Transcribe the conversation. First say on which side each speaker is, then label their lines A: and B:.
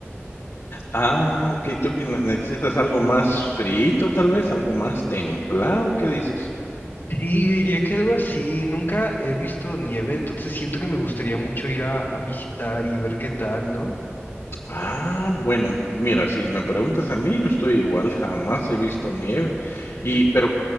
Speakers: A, on the left (about 70°); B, on the left (about 50°).
A: Ah, ok. ¿Tú que ne- necesitas algo más frito, tal vez? ¿Algo más templado? ¿Qué dices?
B: Sí, yo diría que algo así. Nunca he visto nieve, entonces siento que me gustaría mucho ir a, a visitar y ver qué tal, ¿no?
A: Ah, bueno, mira, si me preguntas a mí, yo estoy igual. Jamás he visto nieve.
B: Ujú.
A: Y, pero,